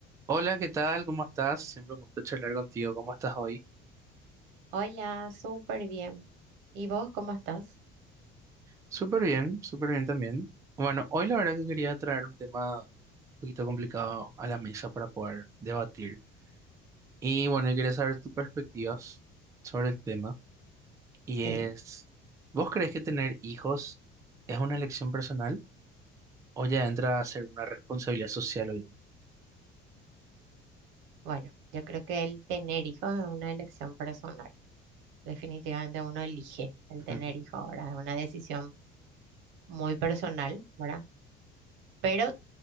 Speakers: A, on the right; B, on the right.
A: Hola, ¿qué tal? ¿Cómo estás? Siempre un gusto charlar contigo. ¿Cómo estás hoy?
B: Hola, súper bien. ¿Y vos cómo estás?
A: Súper bien, súper bien también. Bueno, hoy la verdad que quería traer un tema un poquito complicado a la mesa para poder debatir. Y bueno, yo quería saber tus perspectivas sobre el tema. Y
B: Sí,
A: es, ¿vos crees que tener hijos es una elección personal o ya entra a ser una responsabilidad social hoy día?
B: bueno, yo creo que el tener hijos es una elección personal. Definitivamente uno elige el tener
A: Ujú,
B: hijos ahora, es una decisión muy personal, ¿verdad? Pero